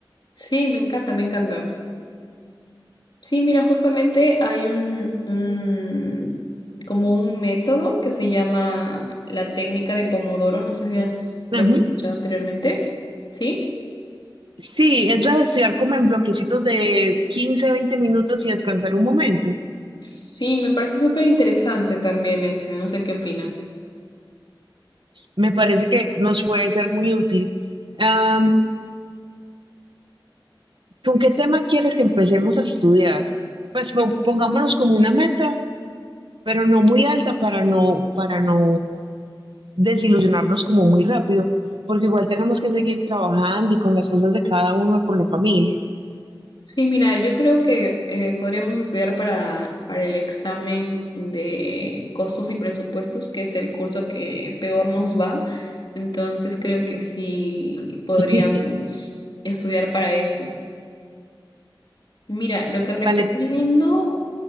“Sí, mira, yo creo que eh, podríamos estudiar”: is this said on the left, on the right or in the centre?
Left